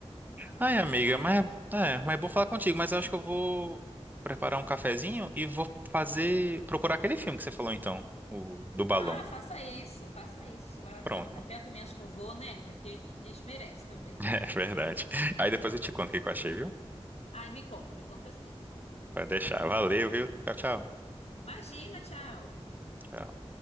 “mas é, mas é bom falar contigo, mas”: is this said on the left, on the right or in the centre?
Right